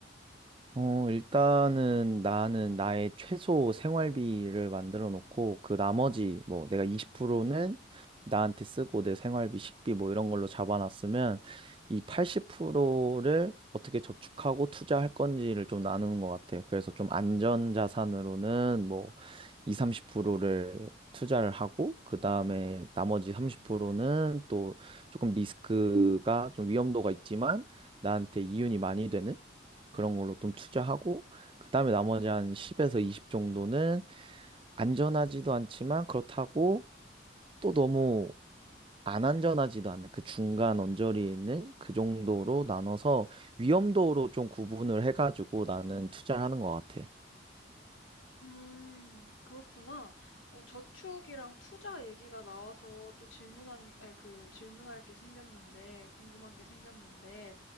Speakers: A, on the right; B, on the left.
A: 어, 일단은 나는 나의 최소 생활비를 만들어 놓고, 그 나머지, 뭐, 내가 20%는 나한테 쓰고, 내 생활비, 식비, 뭐, 이런 걸로 잡아놨으면, 이 80%를 어떻게 저축하고 투자할 건지를 좀 나누는 것 같아. 그래서 좀 안전 자산으로는 뭐, 2 30%를 투자를 하고, 그 다음에 나머지 30%는 또 조금 리스크가 좀 위험도가 있지만, 나한테 이윤이 많이 되는 그런 걸로 좀 투자하고 그다음에 나머지 한 10에서 20 정도는 안전하지도 않지만 그렇다고 또 너무 안 안전하지도 않은 그 중간 언저리에 있는 그 정도로 나눠서 위험도로 좀 구분을 해가지고 나는 투자를 하는 것 같아.
B: 음, 그렇구나. 어, 저축이랑 투자 얘기가 나와서 또 질문한, 아니, 그 질문할 게 생겼는데, 궁금한 게 생겼는데,